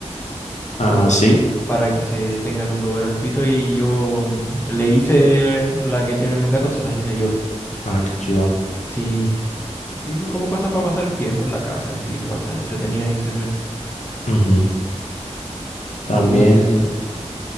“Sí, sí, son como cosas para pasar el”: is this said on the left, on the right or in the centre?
Left